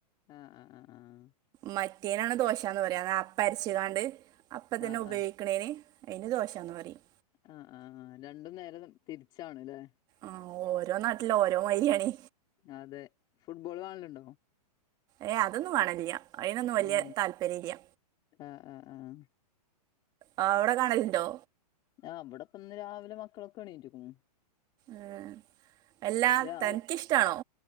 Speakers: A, on the left (about 20°); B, on the right (about 20°).
A: ആ -ആ- ആ -ആഹ..
B: മറ്റേയിനാണ് ദോശന്ന് പറയാ അപ്പ അരച്കാണ്ട്. അപ്പ തന്നെ
A: ആഹ് ആഹ്
B: ഉപയേ...
A: ആഹ്
B: ക്ണേന്. അയിന് ദോശയാന്ന് പറയും..
A: അ ആ. രണ്ടും നേരെ തിരിച്ചാണ്ലേ..
B: ആഹ ഓരോ നാട്ടില് ഓരോ മായിരിആണ്..
A: അതെ ഫുട്ബോൾ കാണലുണ്ടോ..
B: ഏയ് അതൊന്നും കാണലില്ല.. അയിനനൊന്നും വല്ല്യ.
A: നീ
B: താല്പര്യല്ല്യ..
A: ആഹ് ആഹ് ആഹ്
B: ആ. അവടെ കാണൽന്ടോ..
A: ആ ഇബടെപ്പന്ന് രാവിലെ മക്കളൊക്കെ എണീറ്റ്ക്ണു.
B: ഏ എല്ലാ
A: രാവ്
B: തനിക്കിഷ്ടാണോ..